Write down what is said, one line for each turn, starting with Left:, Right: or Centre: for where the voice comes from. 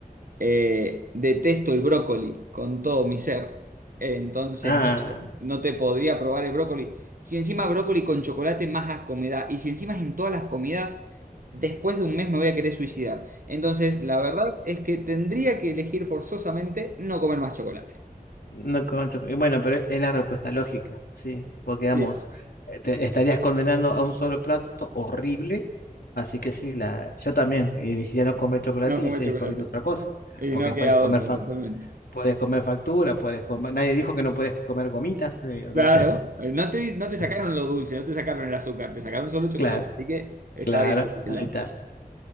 Right: Eh, detesto el brócoli con todo mi ser. Eh, entonces
Left: Ah,
Right: no te, no te podría probar el brócoli. Si encima brócoli con chocolate, más asco me da. Y si encima es en todas las comidas, después de un mes me voy a querer suicidar. Entonces, la verdad es que tendría que elegir forzosamente no comer más chocolate.
Left: No con chocolate. Bueno, pero es la respuesta lógica, sí, porque digamos,
Right: Sí,
Left: eh, te estarías condenando a un solo plato horrible, así que sí, la, yo también elegiría no comer chocolate
Right: no comer
Left: y seguir
Right: chocolate.
Left: comiendo otra cosa,
Right: Y
Left: porque
Right: no
Left: puedes
Right: queda
Left: comer
Right: otra,
Left: fac-
Right: totalmente.
Left: puedes comer factura, puedes comer, nadie dijo que no puedes comer gomitas, eh, o
Right: Claro,
Left: sea,
Right: eh, no te, no te
Left: <laughs>
Right: sacaron lo dulce, no te sacaron el azúcar, te sacaron solo chocolate.
Left: claro,
Right: Así que está
Left: claro,
Right: bien por ese
Left: ahí
Right: lado.
Left: está.